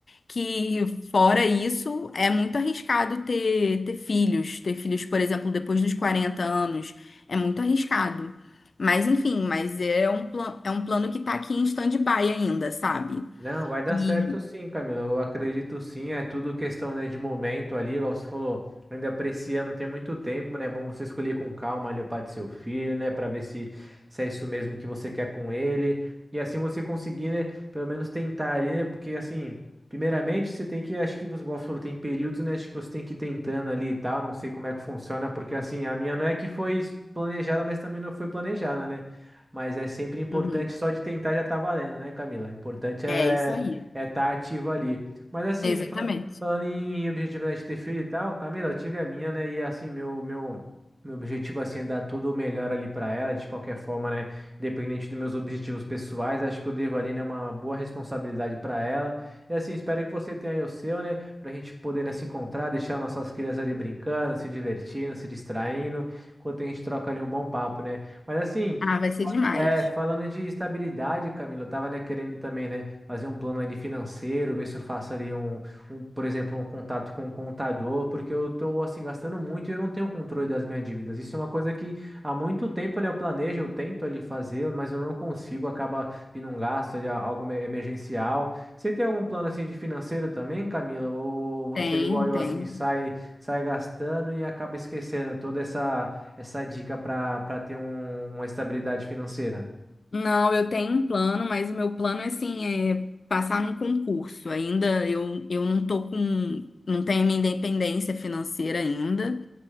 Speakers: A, on the left; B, on the right.
A: que fora isso, é muito arriscado ter, ter filhos. Ter filhos, por exemplo, depois dos 40 anos, é muito arriscado. Mas enfim, mas é um, pla- é um plano que tá aqui em stand-by ainda, sabe?
B: Não, vai dar
A: E
B: certo sim, Camilo. Eu acredito sim. É tudo questão, né, de momento ali, igual você falou. Ainda pra esse ano tem muito tempo, né? É bom você escolher com calma ali o pai do seu filho, né? Pra ver se, se é isso mesmo que você quer com ele. E assim você conseguir, né? Pelo menos tentar ali, né? Porque assim, primeiramente você tem que, acho que você, igual você falou, tem períodos, né? Acho que você tem que ir tentando ali e tal. Não sei como é que funciona, porque assim, a minha não é que foi planejada, mas também não foi planejada, né? Mas é sempre importante,
A: Uhum.
B: só de tentar já tá valendo, né, Camila? O importante é
A: é isso aí.
B: é estar ativo ali. Mas assim,
A: Exatamente.
B: fa- falando em objetivo né, de ter filho e tal, Camila, eu tive a minha, né? E assim, meu, meu, meu objetivo assim, é dar tudo o melhor ali pra ela, de qualquer forma, né? Independente dos meus objetivos pessoais, acho que eu devo ali, né, uma boa responsabilidade pra ela. E assim, espero que você tenha aí o seu, né? Pra gente poder, né, se encontrar, deixar nossas crianças ali brincando, se divertindo, se distraindo, enquanto a gente troca ali um bom papo, né? Mas assim.
A: Ah, vai ser demais.
B: É, falando de estabilidade, Camilo, eu tava, né, querendo também, né, fazer um plano ali financeiro, ver se eu faço ali um, um, por exemplo, um contato com um contador, porque eu tô, assim, gastando muito e eu não tenho controle das minhas dívidas. Isso é uma coisa que há muito tempo, né, eu planejo, eu tento ali fazer, mas eu não consigo, acaba vindo um gasto ali, algo me- emergencial. Você tem algum plano, assim, de financeiro também, Camila? Ou você
A: tem
B: é igual eu,
A: tem
B: assim, sai, sai gastando e acaba esquecendo toda essa essa dica para para ter um- uma estabilidade financeira?
A: Não, eu tenho um plano, mas o meu plano, assim, é passar num concurso. Ainda eu, eu não tô com, não tenho minha independência financeira ainda.